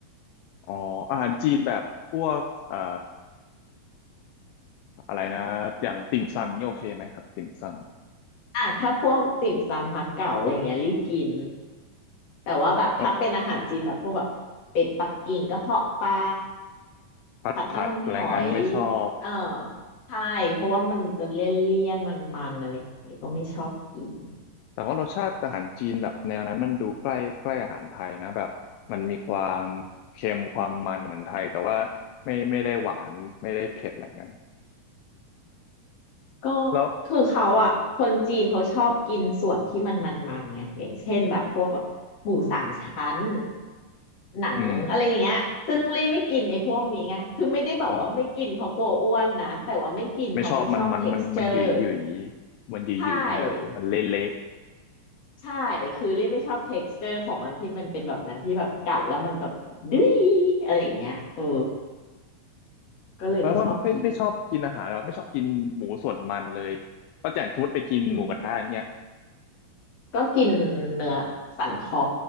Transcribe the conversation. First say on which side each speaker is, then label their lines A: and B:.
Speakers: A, on the left; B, on the left.
A: อ๋ออาหารจีนแบบพวกเอ่ออะไรนะอย่างติ่มซำนี่โอเคไหมครับติ่มซ
B: อ่ะถ้าพวกติ่มซำฮักเก๋าอะไรเงี้ยรีบกินแต่ว่าแบบถ้าเป็นอาหารจีนแบบพวกแบบเป็ดปักกิ่งกระเพาะปลา
A: ำก็ผัดผัดอะไรงั้นไม่ชอบ
B: ผัดน้ำมันหอยเออใช่เพราะว่ามันจะเลี่ยนเลี่ยนมันมันๆอะไรอะไรก็ไม่ชอบกิน
A: แต่ว่ารสชาติอาหารจีนแบบแนวนั้นมันดูใกล้ใกล้อาหารไทยนะแบบมันมีความเค็มความมันเหมือนไทยแต่ว่าไม่ไม่ได้หวานไม่ได้เผ็ดอะไรงั้น
B: ก็
A: แล้ว
B: คือเขาอ่ะคนจีนเขาชอบกินส่วนที่มันมันมันไงอย่างเช่นแบบพวกแบบ ชั้นหนังอะไรอย่างเงี้ยซึ่งลี่ไม่กินไอ้พวกนี้ไงคือไม่ได้แบบว่าไม่กินเพราะกลัวอ้วนนะแต่ว่าไม่กินเพราะไม่ชอบ
A: อืมอ๋อไม่ชอบมันมันมันมันหยุยหยุย
B: texture
A: มันหยุยหยุยใช่ไหมครับมันเละเละ
B: ใช่ใช่คือลี่ไม่ชอบ texture ของมันที่มันเป็นแบบนั้นที่แบบกัดแล้วมันแบบดื้ยอะไรอย่างเงี้ยเออก็เลยไม่ชอบกิน
A: แปลว่าไม่ไม่ชอบกินอาหารหรอไม่ชอบกินหมูส่วนมันเลยป้าแจ่งสมมติไปกินหมูกระทะอย่างเงี้ย
B: อืมก็กินเนื้อสันคอ